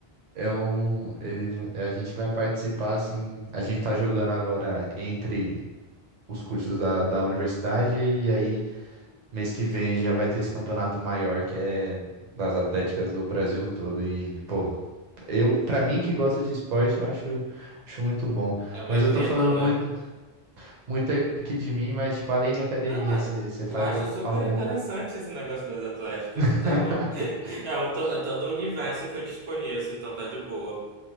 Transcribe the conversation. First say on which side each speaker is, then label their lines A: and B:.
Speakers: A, on the right; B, on the right.
A: é um. Ele, a gente vai participar, assim. A gente tá jogando agora entre os cursos da, da universidade, e aí mês que vem já vai ter esse campeonato maior que é das atléticas do Brasil todo. E, pô, eu, pra mim que gosto de esporte, eu acho, acho muito bom.
B: É um
A: Mas
B: evento,
A: eu tô falando
B: né?
A: muito. muito aqui de mim, mas tipo, além de academia,
B: Não, é-
A: você você faz
B: eu acho
A: a-
B: super
A: algum?
B: interessante esse negócio das atléticas
A: <laughs>
B: e tal. <laughs> É, um, to- é todo um universo que eu desconheço, então tá de boa.